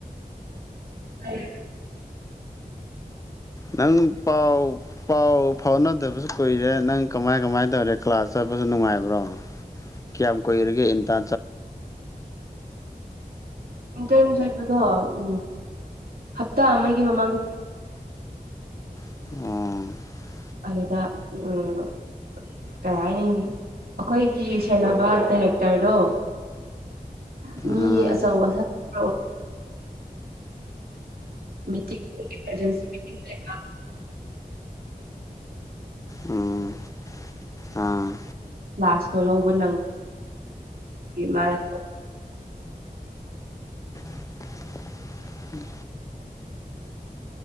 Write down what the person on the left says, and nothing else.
ꯅꯪ ꯄꯥꯎ ꯄꯥꯎ ꯐꯥꯎꯅꯗꯕꯁꯨ ꯀꯨꯏꯔꯦ ꯅꯪ ꯀꯃꯥꯏ ꯀꯃꯥꯏꯅ ꯇꯧꯔꯦ ꯀ꯭ꯂꯥꯁ ꯆꯠꯄꯁꯨ ꯅꯨꯡꯉꯥꯏꯕ꯭ꯔꯣ ꯀꯌꯥꯝ ꯀꯨꯏꯔꯒꯦ ꯏꯟꯇ
ꯎ
ꯎꯝ
ꯎꯝ ꯑꯥ
ꯎꯝ